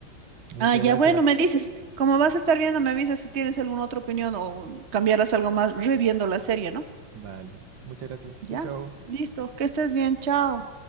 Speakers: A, on the right; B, on the right.
A: Muchas
B: Ah, ya
A: gracias.
B: bueno, me dices, como vas a estar viendo, me avisas si tienes alguna otra opinión o cambiarás algo más reviendo la serie, ¿no?
A: Vale, muchas gracias. Chau,
B: Ya,
A: chau.
B: listo. Que estés bien. Chao.